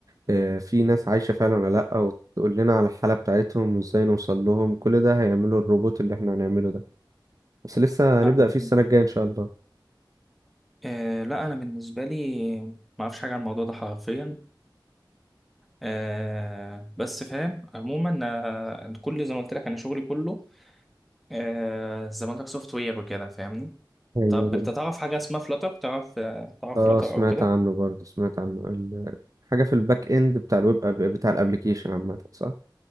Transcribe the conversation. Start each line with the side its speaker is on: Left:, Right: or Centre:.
Right: آه، في ناس عايشة فعلا ولا لأ وتقول لنا على الحالة بتاعتهم وإزاي نوصل لهم كل ده هيعمله الروبوت اللي إحنا هنعمله ده بس لسه
Centre: فاهمك
Right: هنبدأ فيه السنة الجاية إن شاء الله
Centre: آه لا انا بالنسبه لي ما اعرفش حاجه عن الموضوع ده حرفيا آه بس فاهم عموما آه أنا كل زي ما قلت لك انا شغلي كله آه زي ما قلت لك سوفت وير وكده فاهمني
Right: أيوة.
Centre: طب انت تعرف حاجه اسمها فلاتر تعرف آه تعرف
Right: اه
Centre: فلاتر
Right: سمعت
Centre: او كده
Right: عنه برضه سمعت عنه ال- حاجة في الباك اند بتاع الويب أب- بتاع الابليكيشن عامة صح؟